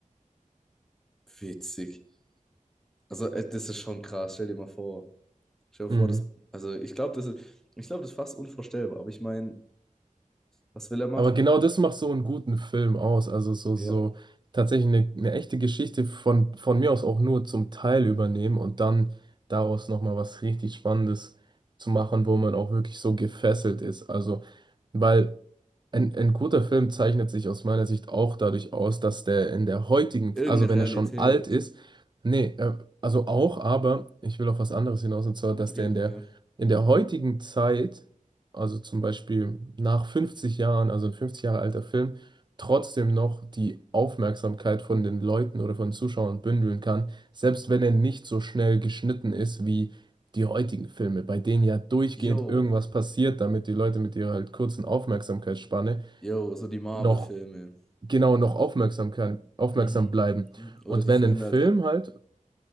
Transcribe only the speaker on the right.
Mhm.
Aber genau das macht so einen guten Film aus. Also so,
so tatsächlich eine, eine echte Geschichte von, von mir aus auch nur zum Teil übernehmen und dann daraus nochmal was richtig Spannendes zu machen, wo man auch wirklich so gefesselt ist. Also, weil ein, ein guter Film zeichnet sich aus meiner Sicht auch dadurch aus, dass der in der heutigen,
also wenn
er schon alt ist, nee, äh, also auch, aber ich will auf was anderes hinaus, und zwar, dass
der in der,
in der heutigen Zeit, also zum Beispiel nach 50 Jahren, also ein 50 Jahre alter Film, trotzdem noch die Aufmerksamkeit von den Leuten oder von Zuschauern bündeln kann, selbst wenn er nicht so schnell geschnitten ist wie die heutigen Filme, bei denen ja durchgehend
irgendwas passiert, damit die Leute mit ihrer halt kurzen Aufmerksamkeitsspanne
noch genau noch aufmerksam kann, aufmerksam
bleiben.
Und
wenn
ein Film
halt,